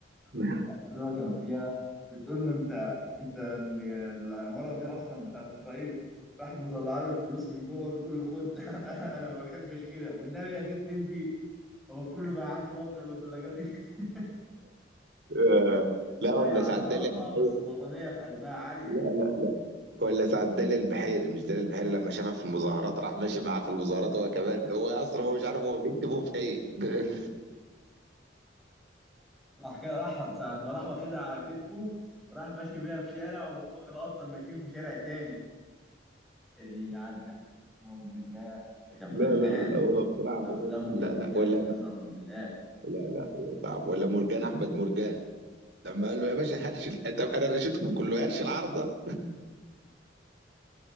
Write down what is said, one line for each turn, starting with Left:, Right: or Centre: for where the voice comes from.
Right: <laughs>
Centre: في الشقه اللي هو كان فيها بتقول له انت انت ال- العماره دي اصلا بتاعت اسرائيل راحت مطلعه له الفلوس من جوه بتقول له خد <laughs> انا ما بحبش كده والنبي يا ست انت هو كله بقى عنده وضع للدرجه دي <laughs>
Right: آه، لا
Centre: مضيع
Right: ولا سعد
Centre: شرافه
Right: دالي الب-
Centre: بس الوطنيه في قلبها عاليه
Right: لا لا ولا سعد دالي البحيري مش دالي البحيري لما شافها في المظاهرات راح ماشي معاه في المظاهرات هو كمان هو اصلا هو مش عارف هو بيكتبوا في ايه <laughs>
Centre: راح كده راح ساعة ما راح واخدها على كتفه راح ماشي بيها في شارع وهم كانوا أصلا ماشيين في شارع تاني يا ديني عدى قسما بالله بس كان فنان
Right: لا لا لا هو بصراحة
Centre: أفلامه
Right: فظيع. لا
Centre: بنت
Right: لا
Centre: كلب
Right: ولا
Centre: قسما بالله
Right: لا لا هو صعب ولا مرجان أحمد مرجان لما قال له يا باشا هرش ال- طب أنا رشيتكم كله هرش العارضة